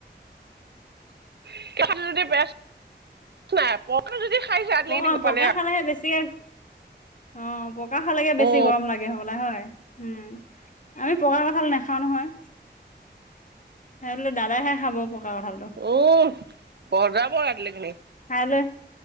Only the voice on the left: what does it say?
অ
পকা
খালেহে বেছিকে অ পকা খালেকে বেছি
গৰম লাগে হ'ব হয় উম আমি পকা কঁঠাল নাখাওঁ নহয়। হেতলে দাদা হে। খাব পকা কঁঠালটো
খাই লৈ